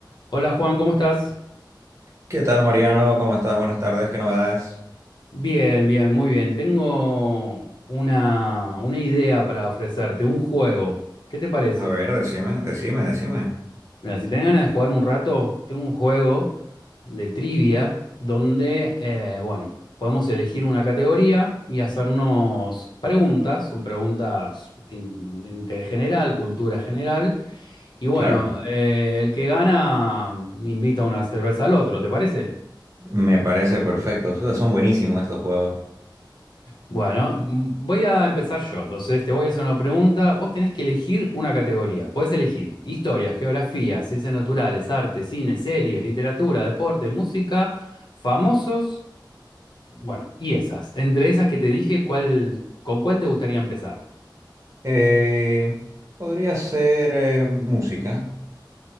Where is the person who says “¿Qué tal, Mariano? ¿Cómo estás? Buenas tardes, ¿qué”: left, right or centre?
Right